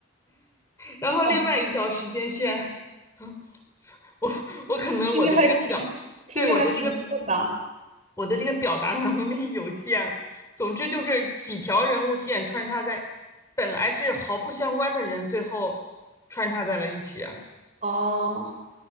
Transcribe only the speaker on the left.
然后另外一条时间线，
<laughs> 我我可能我的这个表，
对我的这个我的这个表达能力有限。总之就是几条人物线穿插在，本来是毫不相关的人，最后穿插在了一起啊。